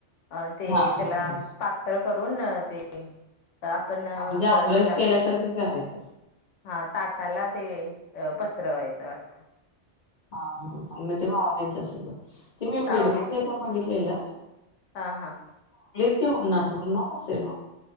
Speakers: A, on the left; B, on the left.
A: अ ते
B: हा
A: त्याला
B: हा हा
A: पातळ कर पुन्हा ते आपण
B: हा म्हणजे आमरस
A: हेला
B: केल्यासारखं करायचं.
A: हा ताटाला ते पसरवायचं वाटतं.
B: हा हा आणि म वाळवायच असल ते मी
A: सावलीत
B: व्हिडिओमध्येध एका काय बघितलेलं.
A: हा हा
B: कि उन्हात उन्हात असलेलो